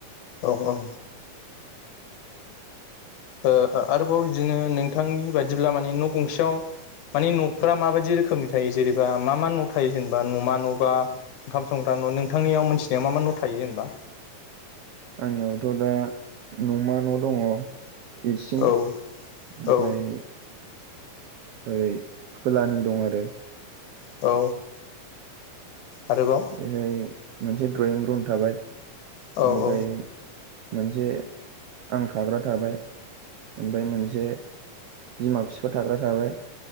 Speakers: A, on the left; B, on the right.
A: औ औ ओ आरोबाव बिदिनो नोंथांनि बादिब्ला माने न' गंसेयाव माने न'फोरा माबायदि रोखोमनि थायो जेनेबा मा मा न' थायो जेनेबा न'मा न' बा ओंखाम संग्रा न' नोंथांनियाव मिथिनायाव मा मा न' थायो जेनेबा?
B: आंनियावथ' दा न'मा न' दङ इसिं
A: औ
B: ओमफ्राय
A: औ
B: ओरै खोलानि दं आरो
A: औ आरोबाव
B: बेहाय मोनसे द्रयिं रुम थाबाय
A: औ
B: ओमफ्राय
A: औ
B: मोनसे आं थाग्रा थाबाय ओमफ्राय मोनसे बिमा बिफा थाग्रा थाबाय